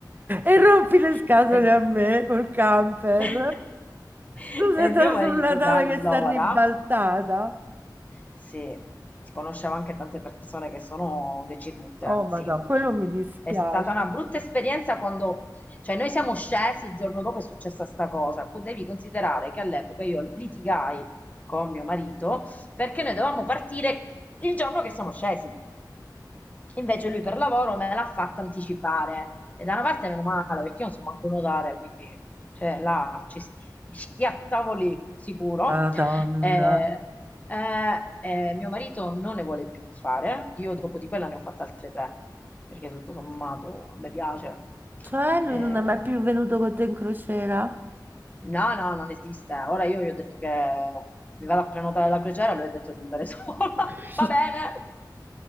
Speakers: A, on the left (about 20°); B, on the right (about 25°).
A: sì.
B: E rompi le scatole
A: E,
B: a me col camper.
A: <laughs>
B: Tu sei
A: e
B: andato
A: mio marito
B: sulla nave
A: da allora
B: che sta ribaltata.
A: Sì, conoscevo anche tante persone che sono decedute,
B: Oh,
A: sì.
B: madonna, quello mi dispiace.
A: È stata una brutta esperienza quando, cioè noi siamo scesi, il giorno dopo è successa sta cosa. Co- Devi considerare che all'epoca io litigai con mio marito perché noi dovevamo partire il giorno che siamo scesi. Invece lui per lavoro me l'ha fatta anticipare. E da una parte meno male, perché io non so manco nuotare, quindi cioè, là ci s- mi schiattavo lì, sicuro.
B: Madonna.
A: Eh, eh, eh, mio marito non ne vuole più fare. Io dopo di quella ne ho fatte altre tre, perché tutto sommato a me piace.
B: Cioè, lui
A: Eh,
B: non è mai più venuto con te in crociera?
A: No, no, non esiste. Ora io gli ho detto che mi vado a prenotare la crociera, lui ha detto di andare sola.
B: <laughs>
A: <laughs> Va bene.